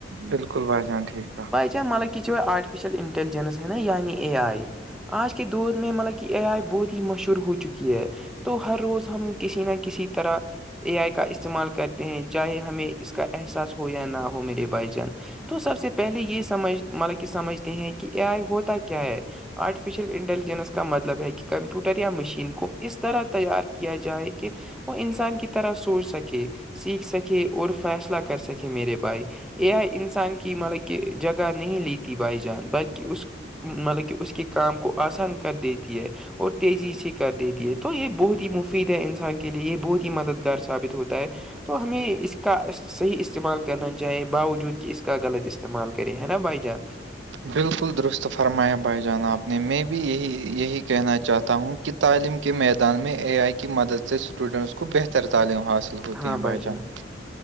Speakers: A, on the right; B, in the centre.
A: بالکل بھائی جان ٹھیک ٹھاک
B: کیا کیا مطلب کہ چ آٹفشل انٹیلجنس ہے نایعنی اے آئی آج کے دور میں مطلب کہ اے آئی بہت ہی مشہور ہو چکی ہے تو ہر روز ہم کسی نہ کسی طرح اے آئی کا استعمال کرتے ہیں چاہے ہمیں اس کا احساس ہو یا نہ ہو میرے بھائی جان تو سب سے پہلے یہ سمجھ مطلب کہ سمجھتے ہیں کہ اے آئی ہوتا کیا ہے آرٹیفیشیل انٹیلیجنس کا مطلب ہے کہ کمپیوٹر یا مشین کو اس طرح تیار کیا جائے کہ کہ وہ انسان کی طرح سوچ سکے سیکھ سکے اور فیصلہ کر سکے میرے بھائی اے آںی انسان کی مطلب کہ جگہ نہیں لیتی بھائی جان بلکہ اس مطلب کہ اس کے کام کو آسان کر دیتی ہے اور تیزی سے کر دیتی ہے تو یہ بہت ہی مفید ہے ان سے کے لیے یہ بہت ہی مددگار ثابت ہوتا ہے تو ہمیں اس کا صحیح استعمال کرنا چاہے باوجود کہ اس کا غلط استعمال کرے ہے نا بھائی جان
A: بالکل درست فرمایا بھائی جانا آپ نے میں بھی یہی یہی کہنا چاہتا ہوں کہ تعلیم کے میدان میں اے آئی کی مدد سے اسٹوڈنٹس کو بہتر تعلیم حاصل ہوتے
B: ہاں
A: ہیں
B: بھائی
A: بائی
B: جان
A: چانس